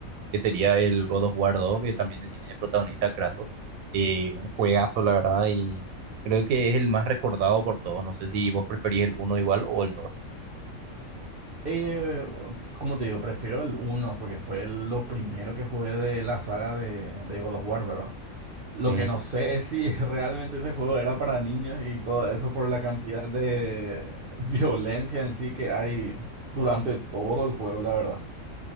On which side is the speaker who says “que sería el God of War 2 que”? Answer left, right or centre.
Right